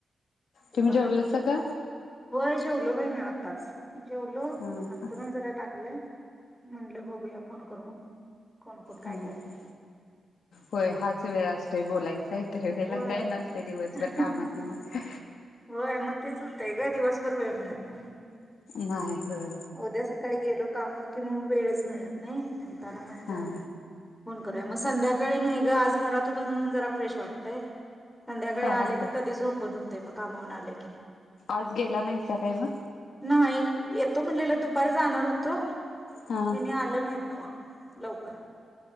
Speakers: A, in the centre; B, on the left (about 70°).
A: ते
B: तुम्ही
A: बरं
B: जेवलासा
A: आहे.
B: का
A: होय जेवलो बाईना आताच. जेवलो
B: हां
A: अंथरून
B: हां
A: जरा टाकलंय म्हंटलं बघूया फोन करून. कोण कोण काय
B: हा, हा,
A: काय करायल्यात.
B: होय हा वेळ असतोय बोलाय नाय तर गेलाय
A: होय.
B: तर हे काय नसते दिवसभर कामात ना मग
A: होय म तेच होते आहे ग दिवसभर वेळ मिळत नाही
B: नाही होय
A: उद्या सकाळी गेलो कामा कि मग वेळच मिळत नाही म्हणताना म्हणलंय
B: हां
A: फोन करूया मग संध्याकाळी नाही ग आज घरात होत म्हणून जरा फ्रेश वाटतंय संध्याकाळी
B: हां
A: आले की
B: हां
A: कधीच झोपून होते मग कामवुण आले की
B: आज गेला नाही स काही मग
A: नाही येतो म्हणलेला दुपारी जाणार होतो हे
B: हां
A: नाही आलं नाहीत नव लवकर